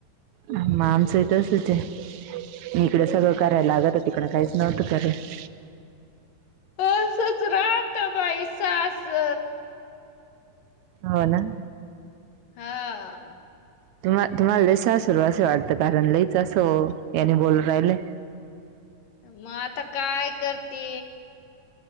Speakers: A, on the right; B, on the left.
A: मग आमचंही तसंज ए, इकडे सगळं
B: हा
A: करायला लागत तिकडं काहीच नव्हतं करत-
B: असच रहत बाई सासर
A: होना
B: हा
A: तुम्हाल, तुम्हाला लई सासरू असं वाटत, कारण लईच असं याने बोलून राहिले,
B: मग आता काय करते